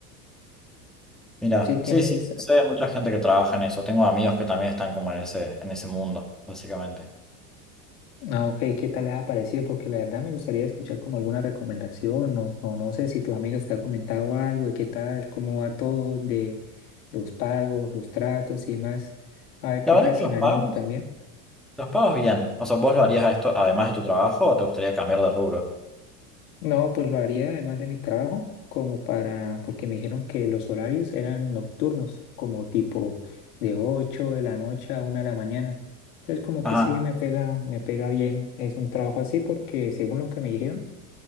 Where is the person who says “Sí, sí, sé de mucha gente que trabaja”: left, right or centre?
Centre